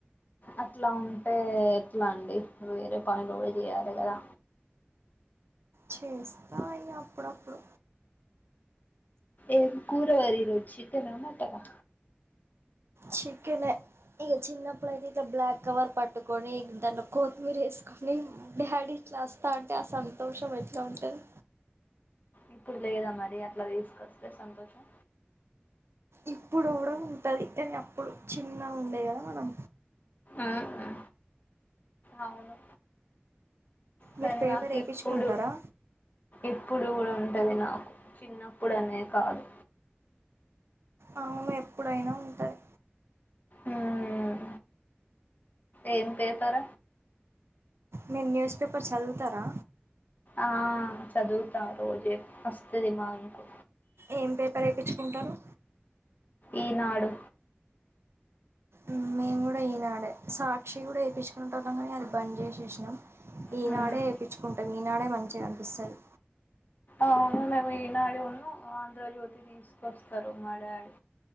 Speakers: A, on the left; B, on the right.
A: అట్లా ఉంటే ఎట్లా అండి నువ్వు వేరే పనులు కూడా చేయాలి కదా
B: చేస్తా అవి అప్పుడప్పుడు
A: ఏం కూర మరి ఈరోజు చికనా, మటనా
B: చికనే ఈ చిన్నప్పుడయితే ఇక బ్లాక్ కవర్ పట్టుకొని దాంట్లో కొత్తిమీర వేసుకొని డాడీ చేస్తా అంటే ఆ సంతోషం ఎట్లా ఉంటది
A: ఇప్పుడు లేదా మరి అట్లా తీసుకొస్తే సంతోషం
B: ఇప్పుడు కూడా ఉంటది కానీ అప్పుడు చిన్న ఉండే కదా మనం
A: ఉహు అవును కానీ
B: మీరు పేపర్
A: నాకు
B: వేయించుకుంటారా
A: ఇప్పుడు ఇప్పుడు కూడా ఉన్ ఉంటది నాకు చిన్నప్పుడు అనే కాదు
B: అవును ఎప్పుడైనా ఉంటాది
A: మ్మ్. ఏం పేపర
B: మీరు న్యూస్ పేపర్ చదువుతారా
A: ఆ చదువుతా రోజే వస్తది మాకు
B: ఏం పేపర్ వేపించుకుంటారు
A: ఈనాడు
B: ఉమ్మ్ మేము కూడా ఈనాడే సాక్షి కూడా ఏపించుకుంటున్నం కానీ అది బంద్ చేసేసినం ఈనాడే
A: మ్మ్.
B: ఏపిచ్చుకుంటాం ఈనాడే మంచిగనిపిస్తాది
A: అవును మేము ఈనాడును ఆంధ్రజ్యోతి తీసుకొస్తారు మా డాడీ